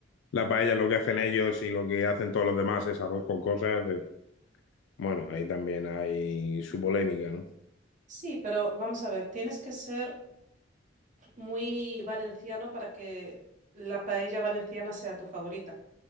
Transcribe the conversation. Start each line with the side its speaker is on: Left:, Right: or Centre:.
Left: las paellas lo que hacen ellos y lo que hacen todos los demás es arroz con cosas. es- Bueno, ahí también hay su polémica, ¿no?
Right: Sí, pero vamos a ver, tienes que ser muy valenciano para que la paella valenciana sea tu favorita.